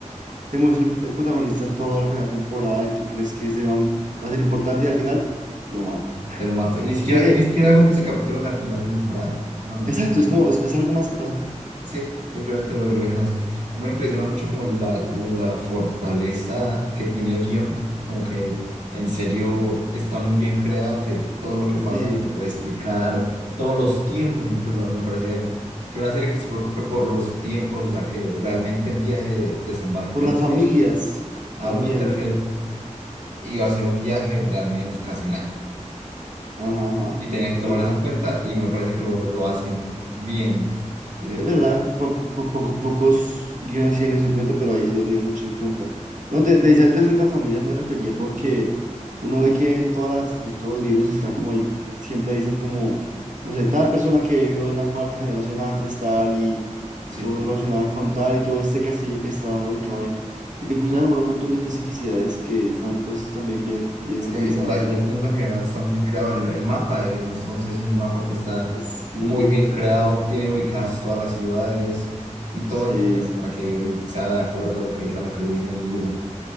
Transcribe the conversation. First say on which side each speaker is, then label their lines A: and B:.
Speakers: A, on the right (about 85°); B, on the right (about 70°).
A: Temo es el, el protagonista toda la primera temporada y tú crees que ese va, va a ser importante y al final lo mata.
B: te lo mato. Y ni siquiera,
A: Siento que,
B: y ni siquiera hago que ese capítulo sea al final de temporada. No, no.
A: exacto, es como, es, es algo más que pasó.
B: Sí, simplemente lo, lo dejan así. A mí me impresiona mucho como la, la fortaleza que tiene el guión, como que en serio está muy bien creado, que todo lo que
A: Sí,
B: pasa se puede explicar, todos los tiempos incluso, a mí me parece que una serie que se preocupe por los tiempos, o sea, que realmente el viaje de desembarco
A: por
B: del
A: las familias
B: rey a
A: también.
B: Winterfell iba a ser un viaje de al menos casi un año.
A: Ajá, ajá,
B: Y tenían que
A: es
B: tomar
A: verdad.
B: eso en cuenta y me parece que lo, lo hacen bien, de cierto.
A: Es verdad, po- po- poco- pocos guiones sí tienen eso en cuenta, pero ahí sí lo tienen mucho en cuenta. No, te, te decía antes frente a familias me refería porque uno ve que en todas las, pues, todos los libros están como ahí, siempre dicen como, no sé, tal persona que vivió en la cuarta generación antes, tal, y
B: Sí,
A: estuvo
B: sí.
A: relacionada con tal, y tuvo este castillo que está ubicado en... Y te comienzan a nombrar un montón de especificidades que están pues también bien, bien
B: Sí,
A: organizadas,
B: o sea, el,
A: ¿no?
B: el mundo en general está muy bien creado. El, el mapa de Game of Thrones es un mapa que está
A: Es muy
B: muy
A: interesante.
B: bien creado, tiene ubicadas todas las ciudades y todo,
A: Sí.
B: pues, para que sea de acuerdo a lo que, a lo que se dice en el libro.